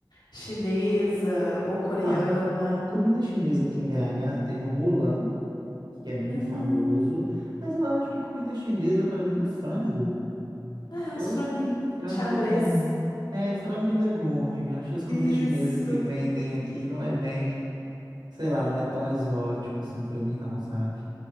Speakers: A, on the left (about 75°); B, on the right (about 85°).
A: chinesa ou coreana.
B: Ah, comida chinesa aqui em BH tem o Mulan, que é muito
A: Hum,
B: famoso, mas eu acho que comida chinesa para mim é frango.
A: é, uns
B: Eu
A: franguinhos,
B: frango
A: xadrez.
B: com é frango e legume. Acho que as comidas
A: Isso.
B: chinesas que vendem aqui não é bem, sei lá, não é tão exótico assim para mim não, sabe?